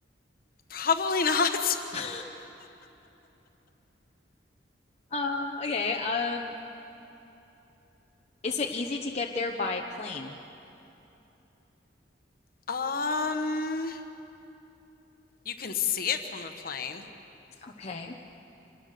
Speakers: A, on the left; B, on the left.
A: Probably not.
B: <laughs> Um, okay. Um, is it easy to get there by plane?
A: <laughs> Um, you can see it from a plane.
B: Okay.